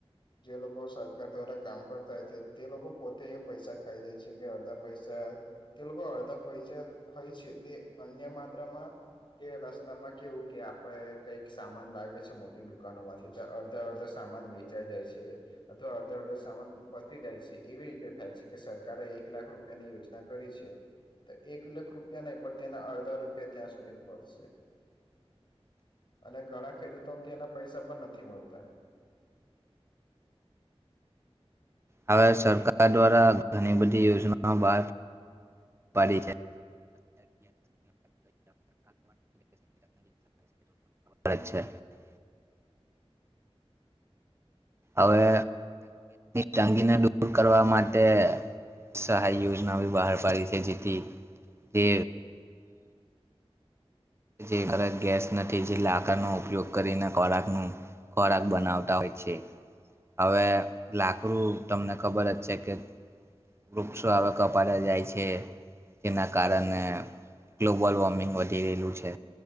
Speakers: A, on the left (about 50°); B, on the right (about 25°).
A: જે લોકો સરકાર દ્વારા કામ કરતા તે લોકો પોતે એ પૈસા ખાઈ જે છે કે અડધા પૈસા તે લોકો અડધા પૈસા હોય છે તે અન્ય માત્રામાં કે રસ્તામાં કેવું કે આપણે કઈક સામાન લાવિ છે મોટી દુકાનો માંથી તો અડધા અડધા સામાન વેચાઈ જાય છે. અથવા અડધા અડધા સામાન પતી જાય છે. એવી રીતે થાય છે કે સરકારે એક લાખ રૂપિયાની યોજના કરી છે. તો એક લાખ રૂપ તે નહીં પણ તેના અડધા રૂપિયા ત્યાં સુધી પહંચશે. અને ઘણા ખેડૂતોથી એના પૈસા પણ નથી મળતા.
B: હવે સરકાર દ્વારા ઘણી બધી યોજનાઓ બહાર પાડી છે. <unintelligible> હવે તંગીને દૂર કરવા માટે સહાય યોજના બહાર પાડી છે જેથી તે જે ઘરે ગેસ નથી જે લાકડનો ઉપયોગ કરીને ખોરાક નુ ખોરાક બનાવતા હોય છે. હવે લાકડું તમને ખબર જ છે કે વૃક્ષો હવે કપાતા જાય છે. જેના કારણે ગ્લોબલ વોર્મિંગ વધી રહેલું છે.